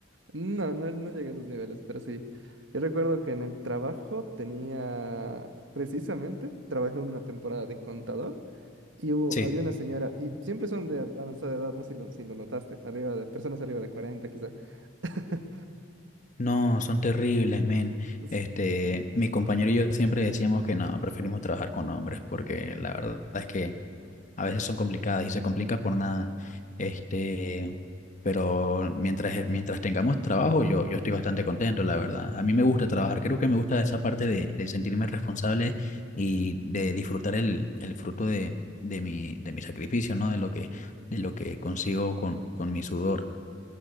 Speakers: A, on the right; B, on the left.
A: no, no, no llegué a esos niveles, pero sí. Yo recuerdo que en el trabajo tenía, precisamente, trabajé una temporada de contador y hubo,
B: Sí.
A: había una señora, y siempre son de avanzada edad, no sé si lo, si lo notaste, arriba de, personas arriba de 40 quizá. <laughs>
B: No, son terribles, men.
A: Es-
B: Este, mi compañero y yo siempre decíamos que no, preferimos trabajar con hombres, porque la verdad es que a veces son complicadas y se complica por nada. Este, pero mientras, el- mientras tengamos trabajo, yo, yo estoy bastante contento, la verdad. A mí me gusta trabajar, creo que me gusta esa parte de, de sentirme responsable y de disfrutar el, el fruto de, de mi, de mi sacrificio, ¿no? De lo que, de lo que consigo con, con mi sudor.